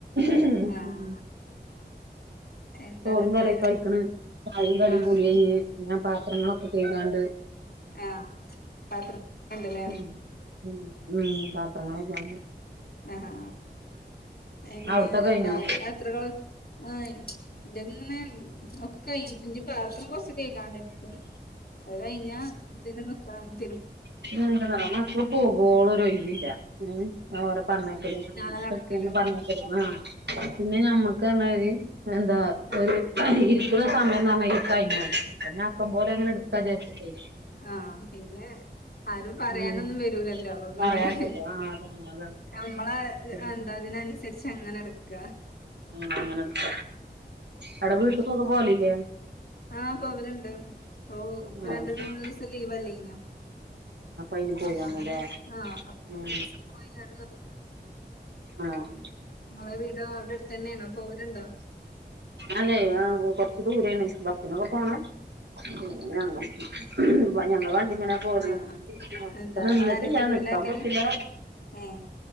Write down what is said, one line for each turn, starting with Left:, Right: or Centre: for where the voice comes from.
Right: ഹ്
Left: ആഹ്
Right: ഹ്
Left: എന്താന്നിട്ട്
Right: ചോറും കറിയൊക്കഴ്ക്കണ് ചായുംകടിയ്
Left: ആഹ്
Right: കുടിയയ്ഞ് പിന്നെ പാത്രങ്ങളൊക്കെ കഴ്കാണ്ട്
Left: ആഹ് പാത്രം ഉണ്ടല്ലേ
Right: ഉ ഉ ഉ പാത്രങ്ങളെകാണ്ട്
Left: ആഹ ഹാ എങ്ങനെ
Right: അവിടത്തെ കഴിഞ്ഞോ
Left: എന്താ യാത്രകൾ ആ ന്റെ ഒക്കെ കൈഞ്ക്ക് പാത്രം കൊച്ച കേക്കാണ്ട്നക്കും അത് കഴിഞ്ഞ ഈന്ക്ക
Right: പിന്നെന്താ പറ മക്കള് പോകൊളൊ രൊയ് വില്ലാ ഓലപറഞ്ഞയ്ക്കലും
Left: അ നടക്കലും
Right: ആ പിന്നെ ഞമ്മക്ക്ന്നർഞാല് പിന്നെന്താ
Left: ആഹ്
Right: ഒരു ഇ സമം നർഞ്ഞ കഴിഞ്ഞ അക്കം പോലെങ്ങനെ എടുക്കാ ച്ച്ട്ടെ
Left: ആഹ പിന്നെ ആരും പറയാനൊന്നും
Right: ഉം
Left: വരൂലല്ലോ അപ്പൊ പിന്നെ
Right: പറയാണ്ടല്ലോ
Left: ഹ്
Right: ആ അതാണ് അതാണ്
Left: നമ്മളെ
Right: പിന്നെ
Left: എന്താതിനനു രിച് അങ്ങനെടുക്ക
Right: ഉ അങ്ങനെക്ക അവ്ടെ വീട്ട്ക്കൊക്കെ പോലില്ലേ
Left: ആഹ പവലുണ്ട് ഇപ്പൊ ഇപ്പൊ
Right: ആഹ്
Left: രണ്ടു മൂന്ന് ദിവസം ലീവ് അല്ലേയ്നൊ
Right: അയിന് പോയി
Left: അപ്പൊ
Right: വന്നുല്ലേ
Left: അങ്ങനെ ആ
Right: ഉം
Left: പോയി <inaudible>
Right: ആഹ്
Left: നളെ വീടാവിടെടുതന്നെയാണോ പോവലണ്ടോ
Right: ആല്ലേ ആ കൊർച്ച് ദൂരാണെ ബ സിനൊക്കെ പോണ ഉ ഞങ്ങ ഞങ്ങ വ ഇങ്ങനെ പോരു
Left: ആഹ് എന്താ
Right: അത് ന്നിട്ടില്ല
Left: അവിടെ ആരൊക്കെ വീട്ടിലാരൊക്കെയാണ്
Right: ന്ക്കാൻ പോത്തില്ല
Left: ഏഹ്